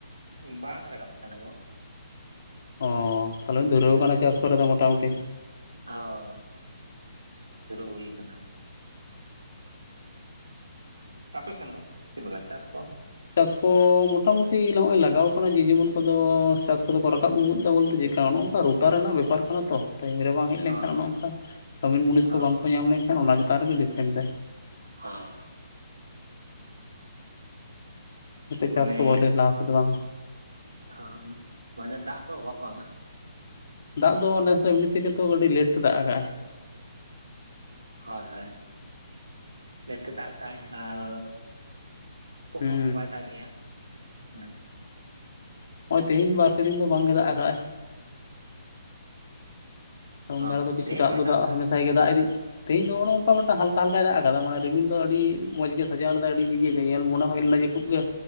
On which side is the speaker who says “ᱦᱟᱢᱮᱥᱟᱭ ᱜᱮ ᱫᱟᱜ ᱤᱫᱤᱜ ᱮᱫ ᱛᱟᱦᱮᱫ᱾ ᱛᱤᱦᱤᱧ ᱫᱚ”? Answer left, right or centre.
Left